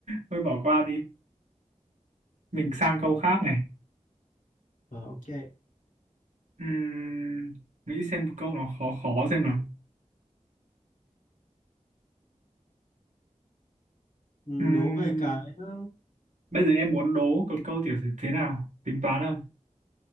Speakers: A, on the right (about 70°); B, on the left (about 90°).
A: thôi bỏ qua đi. Mình sang câu khác này.
B: Ờ, ok.
A: Ừm, nghĩ xem một câu nó khó khó xem nào.
B: Ừ,
A: Ừm,
B: đố về cái ờ,
A: bây giờ em muốn đố một câu tiểu sử thế nào? Tính toán không?